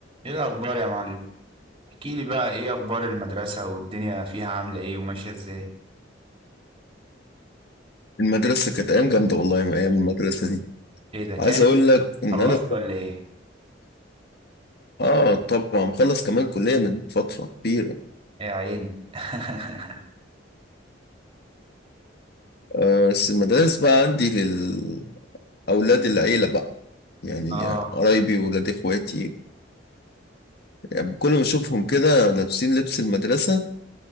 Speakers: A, on the right; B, on the left.
A: ايه الاخبار يا معلم احكي لي بقى ايه اخبار المدرسة والدنيا فيها عاملة ايه وماشية ازاي
B: المدرسة كانت أيام جامدة والله من أيام المدرسة دي
A: ايه ده كان
B: عايز أقول لك إن
A: خلصت
B: أنا
A: ولا ايه
B: آه طبعا مخلص كمان كلية من فترة كبيرة
A: يا عيني <laughs>
B: آه، بس المدارس بقى عندي للأولاد العيلة بقى يعني
A: اه
B: قرايبي وولاد إخواتي يعني كل ما أشوفهم كده لابسين لبس المدرسة